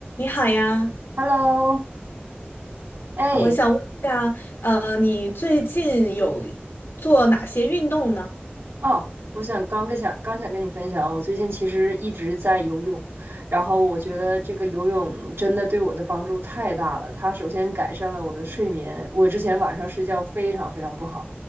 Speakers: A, on the left; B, on the right.
A: 你好呀，
B: Hello，哎，
A: 好，我想问一下，呃，你最近有做哪些运动呢？
B: 哦，我想刚跟想刚想跟你分享，我最近其实一直在游泳，然后我觉得这个游泳真的对我的帮助太大了。它首先改善了我的睡眠，我之前晚上睡觉非常非常不好，